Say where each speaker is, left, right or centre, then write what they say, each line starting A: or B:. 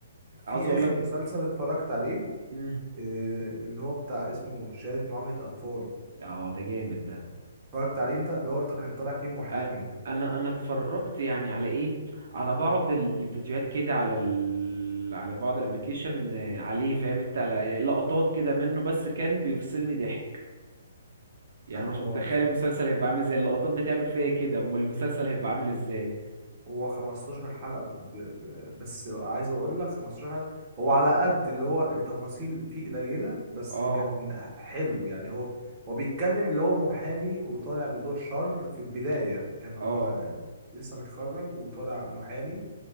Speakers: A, on the right (about 60°); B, on the right (about 20°).
A: عاوز
B: في
A: اقول
B: اخر
A: لك ب...
B: مسلسل اتفرجت عليه
A: مم.
B: آه، اللي هو بتاع اسمه شهادة معاملة اطفال
A: اه ده جامد ده
B: اتفرجت عليه انت اللي هو كان طالع فيه محامي
A: انا انا أنا اتفرجت يعني على ايه على بعض ال- الفيديوهات كده على ال... على بعض الابليكيشن عليه
B: مم.
A: فاهم انت على لقطات كده منه بس كان بيفصلني ضحك يعني
B: لا
A: أنا
B: هو
A: مش متخيل
B: بص...
A: المسلسل هيبقى عامل ازاي اللقطات بتعمل فيا كده امال المسلسل هيبقى عامل ازاي
B: هو 15 حلقة ب... ب... بس عايز اقول لك 15 حلقة هو على قد اللي هو التفاصيل فيه قليلة بس
A: اه
B: كان حلو يعني هو هو بيتكلم اللي هو محامي وطالع بدور شر في البداية يعني كان هو
A: اه
B: لسه متخرج وطالع محامي